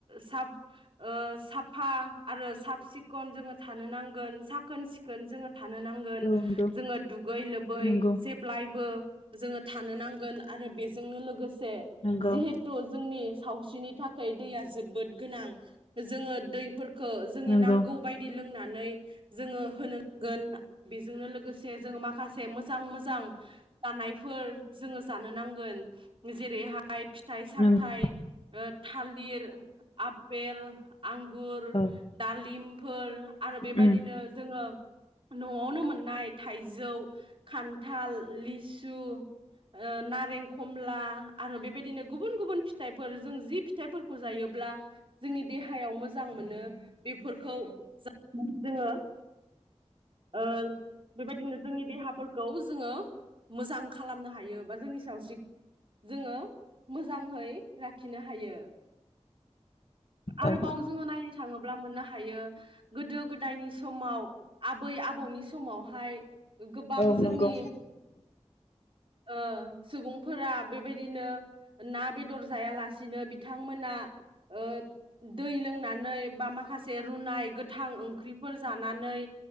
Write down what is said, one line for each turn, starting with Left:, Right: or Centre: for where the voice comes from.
Right: साब ओ साफा आरो सााब सिख खन जोङो थानो नांगोन साखोन सि खोन जोङो थानो नांगोन
Left: औ नंगौ
Right: जोङो दुगै लोबै
Left: नंगौ
Right: जेब्लायबो जोङो थानो नांगोन आरो बेजोंनो लोगोस से
Left: नंगौ
Right: जिहेथु जोंनि सावस्रिनि थाखाय दैया जोबोद गोनां जोङो दैफोर खो जोंनि
Left: नंगौ
Right: नांगौ बायदि लोंना नै जोङो होनो गोन बेजोंनो लोगोसे जोङो मा खासे मोजां मोजां जानायफोर जोङो जानो नांगोन जेरैहाय फिथाइ सामथाइ
Left: नंगौ
Right: ओ थालिर आपेल आंगुर
Left: औ
Right: दालिमफोर आरो बेबायदिनो
Left: उम
Right: जोङो न'आवनो मोननाय थाइजौ खान्थाल लिसु ओ नारें खमला आरो बेबायदिनो गुबुन गुबुन फिथाइफोर जों जि फिथाइफोरखौ जायोब्ला जोंनि देहायाव मोजां मोनो बेफोरखौ जोङो ओ बेबायदिनो जोंनि देहाफोरखौ जोङो मोजां खालामनो हायो बा जोंनि सावस्रि जोङो मोजाङै राखिनो हायो आरोबाव
Left: औ
Right: जोङो नायनो थाङोब्ला मोननो हायो गोदो गोदायनि समाव बै आबौनि समावहाय गोबां
Left: औ
Right: जोंनि
Left: नंगौ
Right: ओ सुबुंफोरा बेबायदिनो ना बेदर जायालासिनो बिथांमोना ओ दै लोंनानै बा माखासे रुनाय गोथां ओंख्रि फोर जानानै